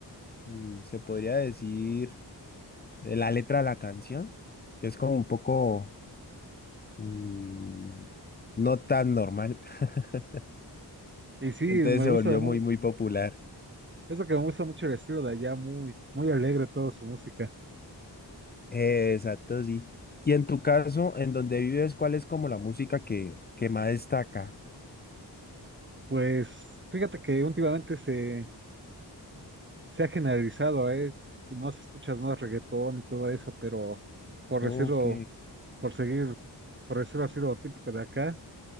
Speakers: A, on the left (about 25°); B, on the right (about 25°).
A: mm, se podría decir, eh, la letra de la canción, que es como un poco mm, no tan normal. <laughs>
B: Y sí,
A: Entonces
B: me
A: se
B: gusta
A: volvió
B: mu-
A: muy, muy popular.
B: es lo que me gusta mucho el estilo de allá, muy, muy alegre toda su música.
A: Eh, exacto, sí. Y en tu caso, en donde vives, ¿cuál es como la música que, que más destaca?
B: Pues fíjate que últimamente se, se ha generalizado, ¿eh? Más escuchas más reggaetón y todo eso, pero por
A: Ok,
B: decirlo, por seguir, por decirlo así lo típico de acá,